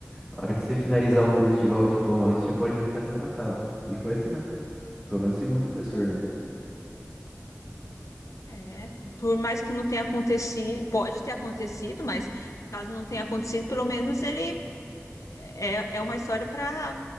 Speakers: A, on the right (about 15°); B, on the left (about 75°).
A: A hora que você finalizar o curso, tiver o diploma ali, você já pode vir que tá contratado. E foi assim mesmo.
B: olha,
A: Pelo menos segundo o professor,
B: caramba.
A: né?
B: É, por mais que não tenha acontecido, pode ter acontecido, mas caso não tenha acontecido, pelo menos ele é, é uma história para